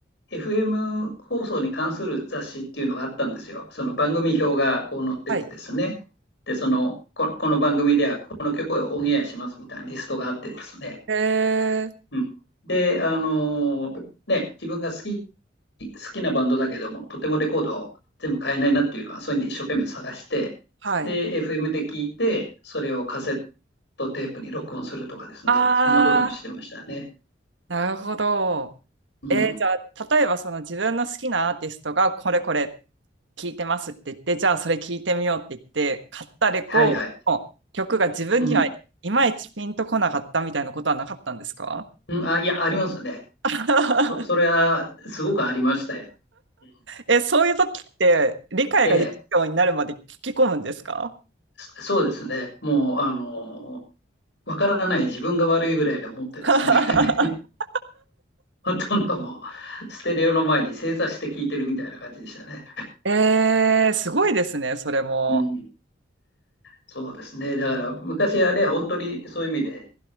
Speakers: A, on the left (about 65°); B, on the right (about 75°).
A: FM 放送に関する雑誌っていうのがあったんですよ。その番組表がこう載っててですね。
B: はい。
A: で、その、こ、この番組ではこの曲をオンエアしますみたいなリストがあってですね。
B: えー、
A: うん、で、あのーね、自分が好き、好きなバンドだけども、とてもレコードを全部買えないなっていうのは、そういうんで一生懸命探して、
B: はい。
A: で、FM で聞いて、それをカセットテープに録音するとかですね。
B: ああ、
A: そんなこともしてましたね。
B: なるほど。
A: うん。
B: えー、じゃあ、例えばその自分の好きなアーティストがこれこれっ聞いてますって言って、じゃあそれ聞いてみようって言って、買ったレコードの曲が自分にはいまいちピンとこなかったみたいなことはなかったんですか
A: はいはい。うん。うん、あ、いや、ありますね。
B: <laughs>
A: あこそれはすごくありましたよ。うん
B: え、そういう時って理解ができるようになるまで聞き込むんですか
A: ええ、そそうですね。もう、あの、わからない自分が悪いぐらいに思ってですね、
B: <laughs>
A: <laughs> ほとんどもう、ステレオの前に正座して聞いてるみたいな感じでしたね。
B: えー、すごいですね、それも。
A: うん、そうですね。だから、昔はね、本当にそういう意味で